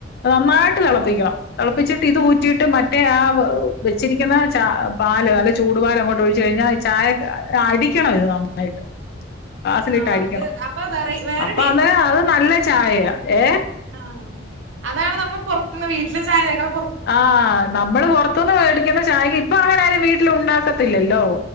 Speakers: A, on the left; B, on the right.
A: നന്നായിട്ട് തളപ്പിക്കണം. തിളപ്പിച്ചിട്ട് ഇത് ഊറ്റിയിട്ട് മറ്റേ ആ വെ വെച്ചിരിക്കിന്ന ചാ പാല് നല്ല ചൂട് പാലങ്ങോട് ഒഴിച്ച് കഴിഞ്ഞാ ഈ ചായക്ക് അടിക്കണം ഇത് നന്നായിട്ട് ഗ്ലാസിലിട്ട്
B: ആഹ്
A: അടിക്കണം.
B: അത് അപ്പൊ വേറെ വേറെ
A: അപ്പൊ അത് അത് നല്ല ചായയാ ഏ
B: ആ അതാണ് നമു പ്പ പൊറത്തിന്ന് വീട്ടിലെ ചായകയിക്കണം
A: ആ നമ്മള് പൊറത്തുന്ന് വേടി ക്കിന്ന ചായ കി ഇപ്പങ്ങനാരും വീട്ടില് ഉണ്ടാക്കത്തില്ലല്ലോ